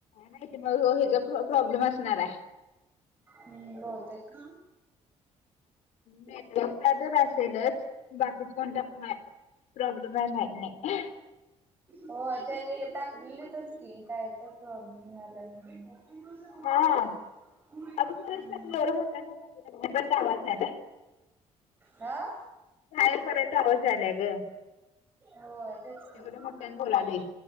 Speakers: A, on the left (about 75°); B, on the right (about 20°).
A: नाही त मग ह ह्याचा प्रॉब्लेम असणार रे.
B: हम्म. बहुतेक.
A: नेटवर्कचा तर असेलच. बाकीच कोणता प- प्रॉब्लेम आहे माहीत नाही.
B: होय. त्याने हे टाकलेलीतच की काय तर प्रॉब्लेम आलाय म्हणून. कुठे
A: हा
B: आहेस? हं.
A: अगं खरंच का तू एवढं मोठ्याने बोलत होती ना, पण तो आवाज झाला
B: हां?
A: बाहेर पर्यंत आवाज झालाय ग
B: हो तेच की.
A: एवढं मोठ्याने बोलालोय